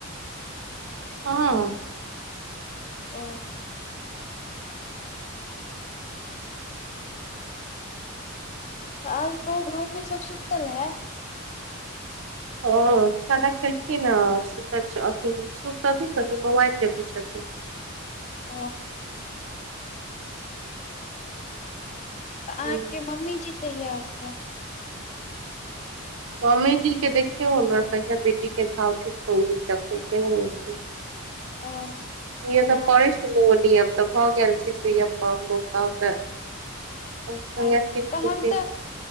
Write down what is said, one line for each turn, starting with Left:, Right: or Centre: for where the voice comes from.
Right: हँ
Left: ओ तऽ औब कहू घर मे सब सुतल है
Right: ओ खाना खेलखिन है अथि कथिन मोबाइल देखै छथिन
Left: ओ तऽ अहाँके
Right: ह
Left: मम्मी जी कहिया होते
Right: मम्मी जी के देखियौ कहिया बेटी के घाव ठीक हो ह ते
Left: ओ
Right: इए
Left: हँ
Right: तऽ परै ली अब तऽ भऽ गेल छै सेयब कल तब तऽ कहिया
Left: हँ
Right: ठीक
Left: तऽ
Right: होतै
Left: हम तऽ